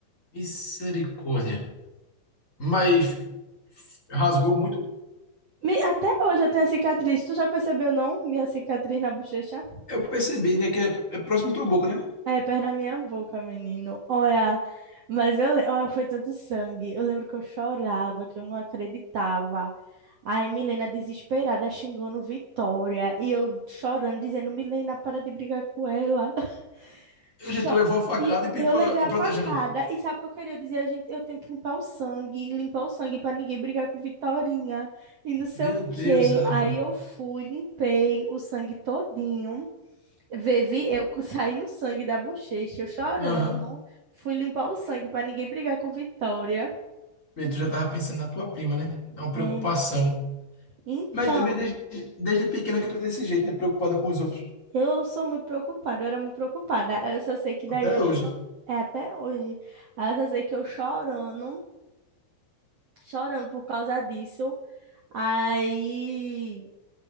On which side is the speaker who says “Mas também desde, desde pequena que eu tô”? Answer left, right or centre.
Left